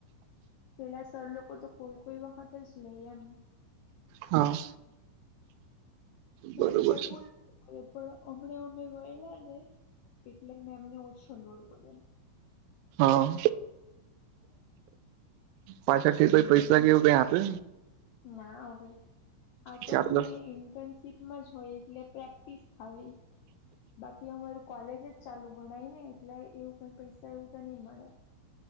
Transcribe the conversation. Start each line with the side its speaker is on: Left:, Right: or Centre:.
Left: પેલા સર લોકો તો કોઈ કોઈ વખત જ લે એમ.
Right: હા.
Left: મેમ
Right: બરોબર
Left: પણ
Right: છે
Left: બોલ પણ હમણાં અમે ગયેલા ને. એટલે મે એમને ઓછો લોડ કર્યો.
Right: હા. પાછળથી કોઈ પૈસા કે એવું કંઈ આપે
Left: ના હો ભઈ આ તો
Right: કે આટલો
Left: અમને ઇન્ટન્સ સીપમાં જ હોય એટલે પ્રેક્ટિસ ખાલી બાકી અમારું કોલેજ જ ચાલુ ગણાય ને એટલે એવું કઈ પૈસા એવું તો ની મળે